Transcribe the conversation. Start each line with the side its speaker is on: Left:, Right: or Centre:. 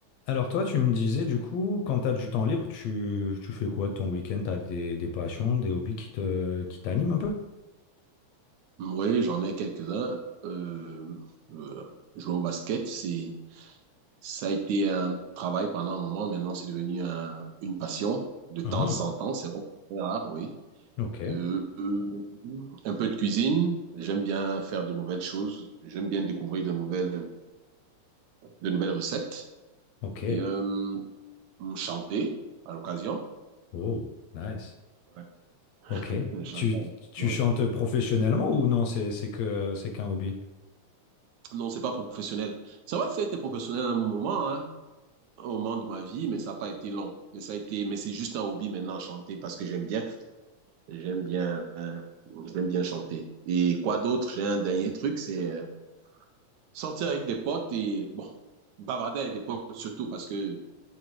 Left: Alors toi, tu me disais du coup, quand tu as du temps libre, tu, tu fais quoi de ton week-end? Tu as des, des passions, des hobbies qui te, qui t'animent un peu?
Right: Oui, j'en ai quelques-uns. Euh, euh, jouer au basket, c'est, ça a été un travail pendant un moment. Maintenant, c'est devenu un- une passion de temps
Left: Ah,
Right: en temps. C'est vraiment très rare, oui.
Left: ok,
Right: Euh, euh, un peu de cuisine. J'aime bien faire de nouvelles choses. J'aime bien découvrir de nouvelles, de nouvelles recettes.
Left: ok.
Right: Et euh, hum, chanter à l'occasion.
Left: Oh, nice.
Right: Ouais. <laughs>
Left: Ok.
Right: Chanter
Left: Tu,
Right: à
Left: tu
Right: l'occasion.
Left: chantes professionnellement ou non? C'est, c'est que, c'est qu'un hobby.
Right: Non, c'est pas professionnel. C'est vrai que ça a été professionnel à un moment, hein. un moment de ma vie, mais ça n'a pas été long. Mais ça a été, mais c'est juste un hobby maintenant, chanter, parce que j'aime bien, j'aime bien, hein, j'aime bien chanter. Et quoi d'autre? J'ai un dernier truc, c'est euh, sortir avec des potes et, bon, bavarder avec des potes surtout, parce que